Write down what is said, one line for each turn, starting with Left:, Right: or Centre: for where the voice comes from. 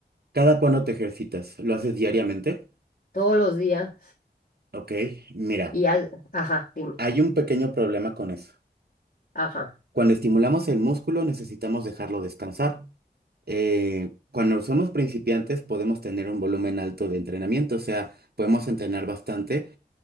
Right: ¿Cada cuándo te ejercitas? ¿Lo haces diariamente?
Left: todos los días.
Right: Ok, mira,
Left: Y al- ajá, dime,
Right: hay un pequeño problema con eso.
Left: ajá.
Right: Cuando estimulamos el músculo necesitamos dejarlo descansar. Eh, cuando somos principiantes podemos tener un volumen alto de entrenamiento, o sea, podemos entrenar bastante,